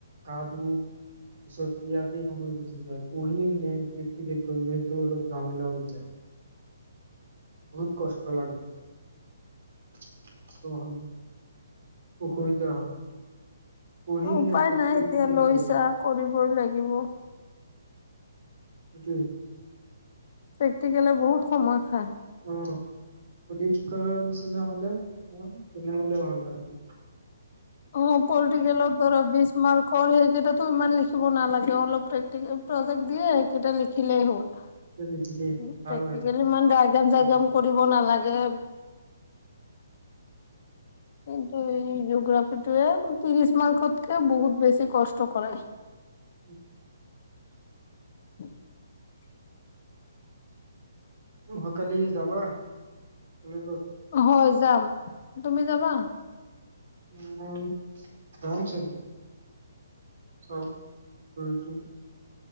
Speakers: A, on the right (about 65°); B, on the left (about 50°).
A: গা ধু, পিছত ইয়াতেই সময় গুচি যায় পহিম নে প্ৰেটিকেল কৰিম সেইটো অলপ জামেলা হৈ যায়। বহুত কষ্ট লাগে। <unintelligible> অসুবিধা হয়। পঢ়িম
B: অঁ উপায়
A: নে
B: নাই
A: প্ৰেক্টিকেল
B: এতিয়া লৈছা,
A: কৰিম
B: কৰিবই লাগিব।
A: সেইটোৱেই।
B: প্ৰেক্টিকেলে বহুত সময় খায়।
A: অঁ, যদি ঠিকৰৰ নিচিনা হ'লে, তেনেহলেওঁ হ'ল হয়।
B: অঁ পলটিকেলত ধৰা বিছ মাৰ্কৰ সেইকেইটাতো ইমান লিখ চব নালাগে অলপ প্ৰতেকে প্ৰজেক্ত দিয়ে কেইটা লিখিলেই হ'ল।
A: লিখিলেই হয় ভাল
B: প্ৰেক্টিকেলি
A: লাগে
B: ইমান দাইগ্ৰাম
A: পঢ়া
B: জাইগাম
A: থাকি
B: কৰিব নালাগে। কিন্তু এই জিঅ'গ্ৰাফিটোয়ে ত্ৰিছ মাৰ্কতকে বহুত বেছি কষ্ট কৰাই।
A: <unintelligible>
B: <unintelligible>
A: অহাকালি যাবা কলেজত।
B: হয় যাম, তুমি যাবা।
A: মই, যাম চাগে। <unintelligible>